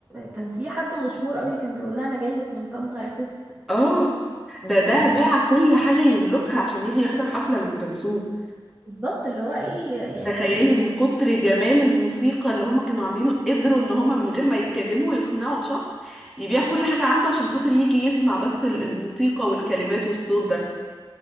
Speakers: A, on the right; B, in the centre.
A: كان في حد مشهور قوي كان بيقول لها انا جاي لك من طنطا يا ست
B: اه ده ده
A: يعني
B: باع كل حاجه يملكها عشان يجي يحضر حفله لام كلثوم
A: بالظبط اللي هو ايه يعني
B: تخيلي من كتر جمال الموسيقى اللي هما كانوا عاملينه قدروا ان هما من غير ما يتكلموا يقنعوا شخص يبيع كل حاجه عنده عشان خاطر يجي يسمع بس ال- الموسيقى والكلمات والصوت ده